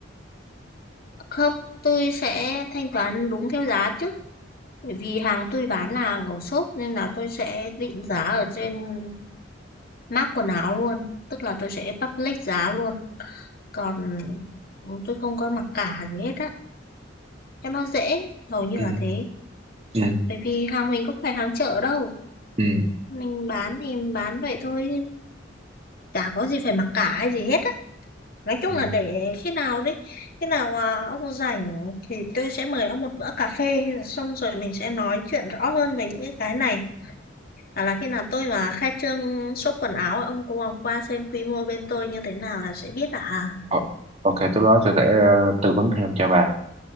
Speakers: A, on the left; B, on the right.
A: không tôi sẽ thanh toán đúng theo giá chứ bởi vì hàng tôi bán là hàng ở shop nên là tôi sẽ định giá ở trên mác quần áo luôn tức là tôi sẽ public giá luôn còn tôi không có mặc cả gì hết á cho nó dễ hầu như
B: ừ
A: là thế
B: ừ
A: bởi vì hàng mình cũng phải hàng chợ đâu
B: ừ
A: mình bán thì bán vậy thôi chả có gì phải mặc cả hay gì hết á nói chung
B: ừ.
A: là để khi nào đấy khi nào à, ông rảnh thì tôi sẽ mời ông một bữa cà phê xong rồi mình sẽ nói chuyện rõ hơn về những cái cái này hoặc là khi nào tôi mà khai trương shop quần áo ông cũng qua xem quy mô bên tôi như thế nào là sẽ biết à
B: Ờ, ok tôi đó sẽ để ờ, tư vấn thêm cho bà